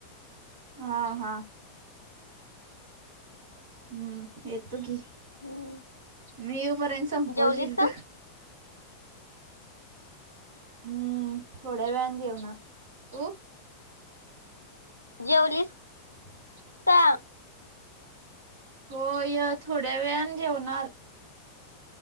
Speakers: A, on the right (about 55°); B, on the left (about 85°).
A: हा हा. हम्म येतो की
B: हम्म
A: मी येईपर्यंत संपवशील
B: जेवलीस का
A: तू हम्म थोड्या वेळान जेवणार, तू?
B: जेवलीस?
A: <unintelligible>
B: का
A: होय. थोड्या वेळानं जेवणार.